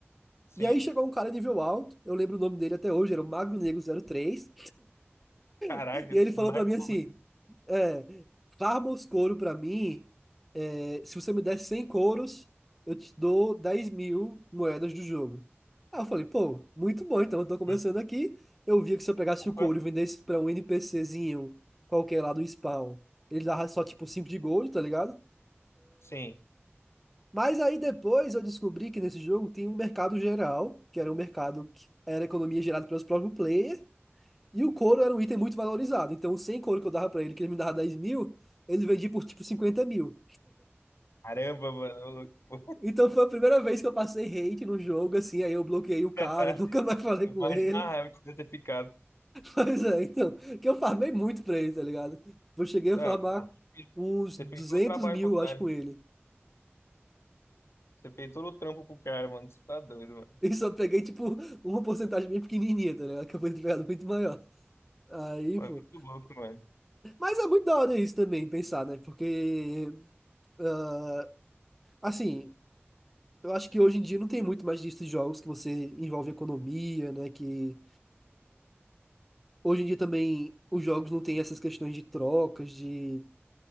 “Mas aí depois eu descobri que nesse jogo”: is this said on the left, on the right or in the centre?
Centre